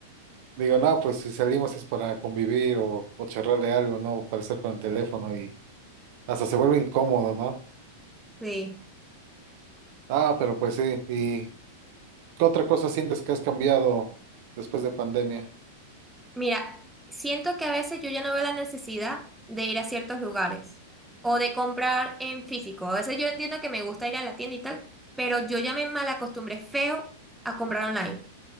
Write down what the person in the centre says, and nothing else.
Sí.
Mira, siento que a veces yo ya no veo la necesidad de ir a ciertos lugares o de comprar en físico. A veces yo entiendo que me gusta ir a la tienda y tal, pero yo ya me malacostumbré feo a comprar online.